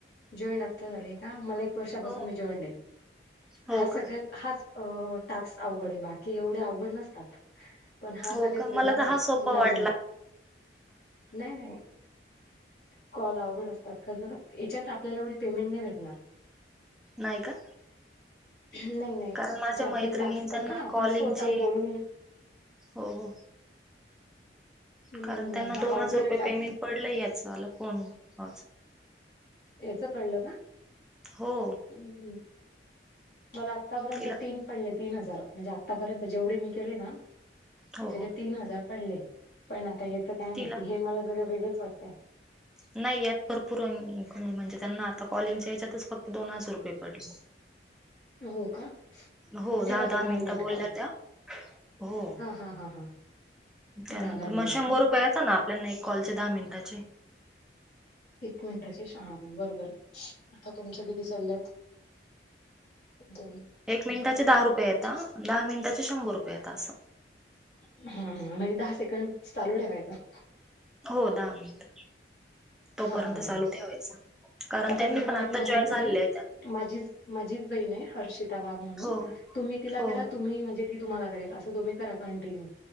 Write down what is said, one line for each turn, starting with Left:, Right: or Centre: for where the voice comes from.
Left: जॉईंट आत्ता झालंय का मला एक वर्षापासून
Centre: हो
Left: मी जॉईंट आहे,
Centre: हो
Left: हा सगळ्यात
Centre: का
Left: हाच अ टास्क अवघड आहे बाकी एवढे अवघड नसतात. पण हा
Centre: हो
Left: सगळ्यात
Centre: का मला
Left: वेगळाच
Centre: तर
Left: आहे,
Centre: हा सोपा
Left: नवीन,
Centre: वाटला
Left: नाय नाय कॉल अवघड असतात का जरा याच्यात आपल्याला एवढी पेमेंट नाही भेटणार.
Centre: नाही का?
Left: नाही नाही,
Centre: कारण माझ्या
Left: जे आपण
Centre: मैत्रिणी
Left: टास्क करतो
Centre: त्यांना
Left: ना
Centre: कॉलिंगचे
Left: आपण स्वतः बोलून.
Centre: हो हो.
Left: हम्म,
Centre: कारण
Left: नाही
Centre: त्यांना
Left: हा
Centre: दोन
Left: अवघड
Centre: हजार रुपये
Left: आहे टास्क
Centre: पेमेंट पडलं याच आल फोन <unintelligible>
Left: याच पडलं का?
Centre: हो.
Left: हम्म, मला आतापर्यंत
Centre: तिला
Left: तीन पडले तीन हजार म्हणजे आतापर्यंत जेवढे मी केले ना,
Centre: हो
Left: त्याजे
Centre: हो
Left: तीन हजार पडले. पण आता याच काय माहिती
Centre: तिला
Left: हे मला जरा वेगंच वाटतय.
Centre: नाही यात भरपूर इन्कये म्हणजे त्यांना आता कॉलिंगच्या याच्यातच फक्त दोन हजार रुपये पडले.
Left: हो का?
Centre: हो
Left: मग ठेवायचा
Centre: दहा दहा मिनिट बोल्या
Left: कॉल
Centre: त्या, हो.
Left: हा हा हा हा
Centre: त्यानंतर
Left: दहा दहा मिनिट
Centre: म शंभर
Left: का
Centre: रुपये येता न आपल्याना एक कॉलचे दहा मिनिटाचे.
Left: एक मिनिटाचे श बरोबर आहे आता तुमच किती चालेत? दोन
Centre: एक मिनिटाचे दहा रुपये
Left: हं
Centre: येता दहा मिनटाचे शंभर रुपये येता असं.
Left: हम्म हम्म म्हणजे दहा सेकंड चालू ठेवायचा.
Centre: हो दहा मिनिट, तोपर्यंत
Left: हा हा
Centre: चालू ठेवायचा. कारण
Left: आता
Centre: त्यांनी
Left: मी तुम्हाला
Centre: पण आता
Left: एक नंबर
Centre: जॉईन झालेले
Left: देईल.
Centre: आहेत
Left: माझी माझीच बहीण आहे हर्षिता वाघ म्हणून
Centre: हो
Left: तुम्ही तिला
Centre: हो
Left: करा तुम्ही म्हणजे ती तुम्हाला करेल असं तुम्ही करा कंटिन्यू